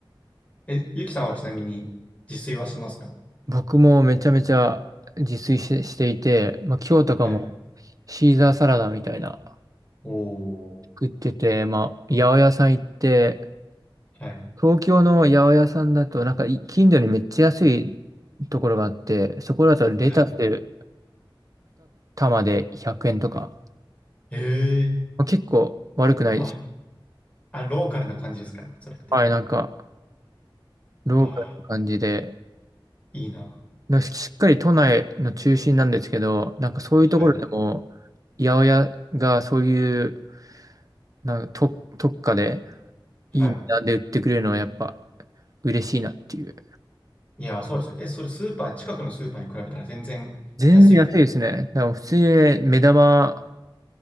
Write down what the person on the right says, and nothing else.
僕もめちゃめちゃ自炊して、していて、まあ、今日とかも
シーザーサラダみたいな
食ってて、まあ、八百屋さん行って、
東京の八百屋さんだと、なんかい近所にめっちゃ安いところがあって、そこだとレタス2
玉で100円とか、
まあ、結構悪くない
はい、なんか、ローカルな感じで、
なんかしっかり都内の中心なんですけど、なんかそういうところでも、
八百屋がそういう、なんか特、特価で
いい値段で売ってくれるのはやっぱ嬉しいなっていう。
全然安いですね。だから普通にね目玉